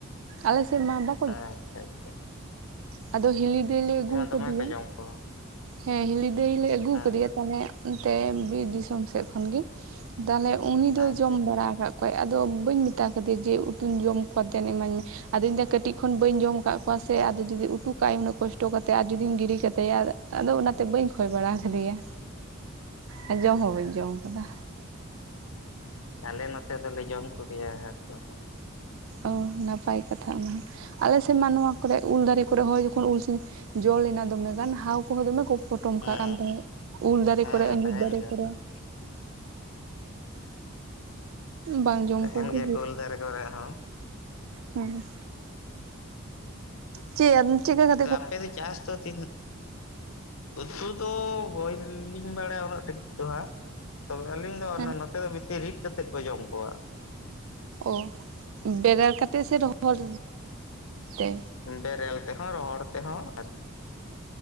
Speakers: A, on the right; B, on the left.
A: ᱟᱞᱮ ᱥᱮᱫ ᱢᱟ ᱵᱟ
B: ᱟᱪᱪᱷᱟ ᱟᱪᱪᱷᱟ ᱾
A: ᱟᱫᱚ ᱦᱤᱞᱤ ᱫᱟᱹᱭ ᱞᱮ ᱟᱹᱜᱩ
B: ᱫᱚᱢᱮ
A: ᱠᱟᱫᱮᱭᱟ,
B: ᱠᱚ ᱡᱚᱢ ᱠᱚ
A: ᱦᱮᱸ ᱦᱤᱞᱤ ᱫᱟᱹᱭ ᱞᱮ ᱟᱹᱜᱩ
B: ᱦᱮᱸ
A: ᱠᱟᱫᱮᱭᱟ ᱛᱟᱦᱞᱮ ᱚᱱᱛᱮ ᱵᱤᱨ ᱫᱤᱥᱚᱢ ᱥᱮᱫ ᱠᱷᱚᱱ ᱜᱮ, ᱛᱟᱞᱮ ᱩᱱᱤ ᱫᱚᱭ
B: ᱟᱪᱪᱷᱟ
A: ᱡᱚᱢ
B: ᱟᱪᱪᱷᱟ
A: ᱵᱟᱲᱟ ᱠᱟᱫ ᱠᱚᱣᱟᱭ ᱟᱫᱚ ᱵᱟᱹᱧ ᱢᱮᱛᱟ ᱠᱟᱫᱮᱭᱟ ᱡᱮ ᱩᱛᱩᱧ ᱡᱚᱢ ᱠᱚᱣᱟ ᱫᱮᱱ ᱤᱢᱟᱹᱧ ᱢᱮ, ᱟᱫᱚ ᱤᱧ ᱫᱚ ᱠᱟᱹᱴᱤᱡ ᱠᱷᱚᱱ ᱵᱟᱹᱧ ᱡᱚᱢ ᱟᱠᱟᱫ ᱠᱚᱣᱟ ᱥᱮ, ᱟᱫᱚ ᱡᱩᱫᱤ ᱩᱛᱩ ᱠᱟᱜᱼᱟᱭ ᱩᱱᱟᱹᱜ ᱠᱚᱥᱴᱚ ᱠᱟᱛᱮᱫ ᱟᱨ ᱡᱩᱫᱤᱧ ᱜᱤᱰᱤ ᱠᱟᱛᱟᱭᱟ ᱟᱫᱚ ᱚᱱᱟᱛᱮ ᱵᱟᱹᱧ ᱠᱷᱚᱭ ᱵᱟᱲᱟ ᱟᱠᱟᱫᱮᱭᱟ ᱟᱨ ᱡᱚᱢ
B: ᱟᱪᱪᱷᱟ
A: ᱦᱚᱸ ᱵᱟᱹᱧ ᱡᱚᱢ ᱟᱠᱟᱫᱟ,
B: ᱟᱞᱮ ᱱᱚᱛᱮ ᱫᱚᱞᱮ ᱡᱚᱢ ᱠᱚᱜᱮᱭᱟ ᱦᱟᱹᱠᱩ ᱦᱚᱸ
A: ᱚ ᱱᱟᱯᱟᱭ ᱠᱟᱛᱷᱟ ᱚᱱᱟ, ᱟᱞᱮ ᱥᱮᱫ ᱢᱟ ᱱᱚᱣᱟ ᱠᱚᱨᱮ ᱩᱞ ᱫᱟᱨᱮ ᱠᱚᱨᱮ ᱦᱚᱸ ᱡᱚᱠᱷᱚᱱ ᱩᱞ ᱥᱤᱧ ᱡᱚ ᱞᱮᱱᱟ ᱫᱚᱢᱮ ᱜᱟᱱ ᱦᱟᱣ ᱠᱚᱦᱚᱸ ᱫᱚᱢᱮ ᱠᱚ ᱯᱚᱴᱚᱢ
B: ᱦᱮᱸ
A: ᱠᱟᱜ ᱠᱟᱱ ᱛᱟᱦᱮᱸᱜ
B: ᱦᱮᱸ
A: ᱩᱞ ᱫᱟᱨᱮ
B: ᱦᱮᱸ
A: ᱠᱚᱨᱮ ᱟᱸᱡᱤᱨ
B: ᱛᱟᱦᱮᱱ
A: ᱫᱟᱨᱮ
B: ᱜᱮᱭᱟ
A: ᱠᱚᱨᱮ᱾
B: ᱠᱚ
A: ᱵᱟᱝ ᱡᱚᱢ
B: ᱛᱟᱦᱮᱸᱱ
A: ᱠᱚᱜᱮ
B: ᱜᱮᱭᱟ ᱯᱮ ᱩᱞ ᱫᱟᱨᱮ ᱠᱚᱨᱮ ᱦᱚᱸ᱾
A: ᱦᱩᱸ᱾ ᱪᱮᱜ ᱟᱢ ᱪᱮᱜᱠᱟ ᱠᱟ
B: ᱛᱚ ᱟᱯᱮ ᱫᱚ ᱪᱟᱥ ᱛᱚ ᱛᱤᱱ ᱩᱛᱩ ᱫᱚ ᱦᱳᱭ ᱞᱤᱧ ᱵᱟᱲᱟ ᱩᱱᱟᱹᱜ ᱴᱷᱤᱠ ᱫᱚ ᱦᱟᱸᱜ᱾ ᱛᱚᱵᱮ ᱟᱹᱞᱤᱧ ᱫᱚ
A: ᱦᱮᱸ
B: ᱱᱚ-ᱱᱚᱛᱮ ᱫᱚ ᱵᱮᱥᱤ ᱨᱤᱫᱽ ᱠᱟᱛᱮᱜ ᱠᱚ ᱡᱚᱢ ᱠᱚᱣᱟ᱾
A: ᱚ, ᱵᱮᱨᱮᱞ ᱠᱟᱛᱮᱜ ᱥᱮ ᱨᱚᱦᱚᱲ ᱛᱮ?
B: ᱵᱮᱨᱮᱞ ᱛᱮᱦᱚᱸ ᱨᱚᱦᱚᱸᱲ ᱛᱮᱦᱚᱸ ᱟᱨ